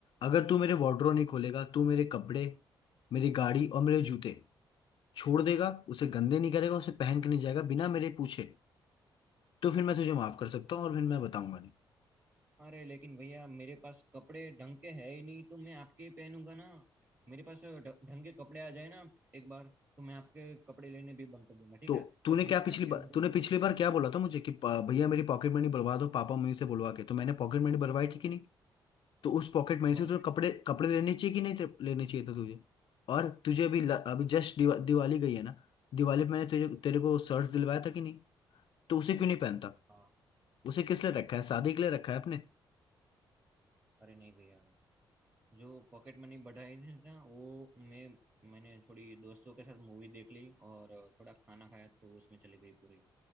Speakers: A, on the left; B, on the right.
A: अगर तू मेरे वार्डरोब नहीं खोलेगा तू मेरे कपड़े मेरी गाड़ी और मेरे जूते छोड़ देगा उसे गंदे नहीं करेगा उसे पहन के नहीं जाएगा बिना मेरे पूछे तो फिर मैं तुझे माफ कर सकता हूँ और फिर मैं बताऊंगा नहीं
B: अरे लेकिन भैया मेरे पास कपड़े ढंग के है ही नहीं तो मैं आपके ही पहनूंगा ना मेरे पास ढ- ढंग के कपड़े आ जाए ना एक बार तो मैं आपके कपड़े लेने भी बंद कर दूंगा ठीक
A: तो
B: है
A: तूने
B: और
A: क्या
B: जूते
A: पिछली
B: आपके
A: बार
B: मुंह
A: तूने पिछली बार क्या बोला था मुझे कि "पा- भैया मेरी पॉकेट मनी बढ़वा दो पापा मम्मी से बुलवा के तो मैंने पॉकेट मनी बढ़वाई थी कि नहीं तो उस पॉकेट मनी
B: बड़ा
A: से तुझे
B: हाँ
A: कपड़े कपड़े लेने चाहिए कि नहीं ते- लेने चाहिए थे तुझे और तुझे अभी ल- अभी जस्ट दिवा, दिवाली गई है ना दिवाली पे मैंने तुझे तेरे को शर्ट दिलवाया था कि नहीं तो उसे क्यों नहीं पहनता
B: हाँ।
A: उसे किस लिए रखा है शादी के लिए रखा है अपने
B: अरे नहीं भैया जो पॉकेट मनी बढ़ाई थी ना वो मैं मैंने थोड़ी दोस्तों के साथ मूवी देख ली और थोड़ा खाना खाया तो उसमें चली गई पूरी